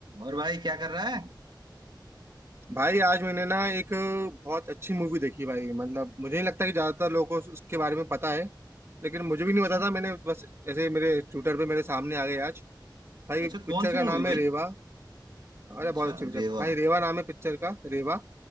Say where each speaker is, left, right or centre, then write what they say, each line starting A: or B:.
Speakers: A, on the right; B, on the right.
A: और भाई क्या कर रहा है
B: भाई आज मैंने ना एक बहुत अच्छी मूवी देखी भाई मतलब मुझे नहीं लगता कि ज्यादातर लोगों को उसके बारे में पता है लेकिन मुझे भी नहीं
A: अच्छा
B: पता था मैंने बस ऐसे मेरे ट्विटर पे मेरे सामने आ गई आज भाई
A: अच्छा
B: पिक्चर
A: कौन सी
B: का नाम
A: मूवी
B: है
A: भाई
B: रेवा अरे
A: अच्छा
B: बहुत अच्छी पिक्चर
A: रेवा
B: भाई रेवा नाम है पिक्चर का रेवा